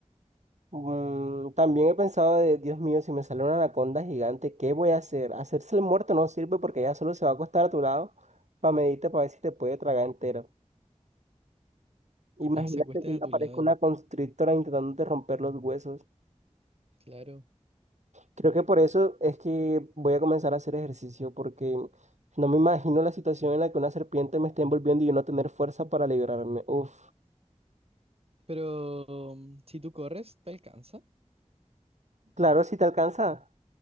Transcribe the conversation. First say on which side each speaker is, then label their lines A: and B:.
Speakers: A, on the right; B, on the right.
A: Mm, también he pensado de, Dios mío, si me sale una anaconda gigante, ¿qué voy a hacer? Hacerse el muerto no sirve porque ella solo se va a acostar a tu lado para medirte para ver si te puede tragar entero. Imagínate
B: Ah, se acuestan
A: que
B: a
A: ya
B: tu
A: aparezca
B: lado,
A: una constrictora intentando de romper los huesos.
B: claro.
A: Creo que por eso es que voy a comenzar a hacer ejercicio porque no me imagino la situación en la que una serpiente me esté envolviendo y yo no tener fuerza para liberarme. Uf.
B: Pero mm, si tú corres, te alcanza.
A: Claro, si te alcanza.